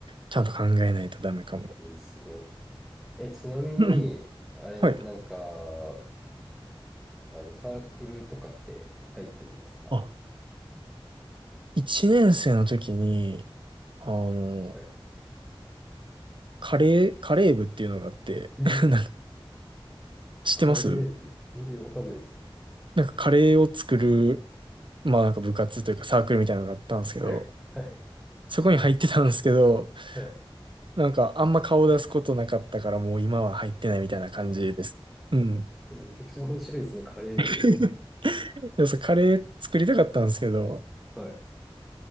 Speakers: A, on the right (about 55°); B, in the centre.
A: ちゃんと考えないとダメかも。
B: えー、すごい。え、ちなみに、
A: うん
B: あれ、
A: <clears throat> はい。
B: なんか、あの、サークルとかって入ってるんですか
A: あ、1年生の時に、あの、
B: はい。
A: カレー、カレー部っていうのがあって、
B: え、
A: <laughs> なんか知ってます
B: カレー部。え、わかんないです。
A: なんかカレーを作る、まあなんか部活というかサークルみたいなのがあったんですけど、
B: <laughs> はい。
A: そこに入ってたんですけど、
B: はい。
A: なんかあんま顔出すことなかったからもう今は入ってないみたいな感じです。うん。
B: えめちゃくちゃ面白いですね、カレー部。
A: <laughs> いやそうカレー作りたかったんですけど、
B: はい。